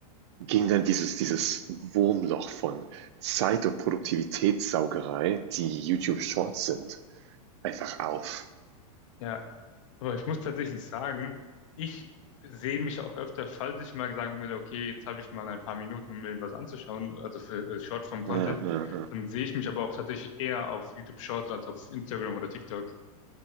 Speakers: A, on the right (about 45°); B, on the left (about 55°).
A: ging dann dieses dieses Wurmloch von Zeit und Produktivitätssaugerei, die YouTube Shorts sind, einfach auf.
B: ja, Aber ich muss tatsächlich sagen, ich sehe mich auch öfter, falls ich mal sagen würde, okay, jetzt habe ich mal ein paar Minuten, um mir was anzuschauen, also für äh, Shortform-Content,
A: Ja, ja, ja.
B: dann sehe ich mich aber auch tatsächlich eher auf YouTube Shorts als auf Instagram oder TikTok.